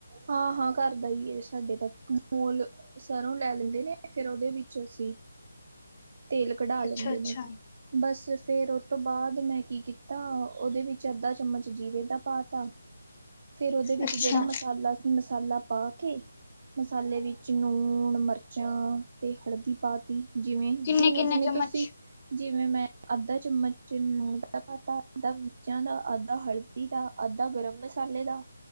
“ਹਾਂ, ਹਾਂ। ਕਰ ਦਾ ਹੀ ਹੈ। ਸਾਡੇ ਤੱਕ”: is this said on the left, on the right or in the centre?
Right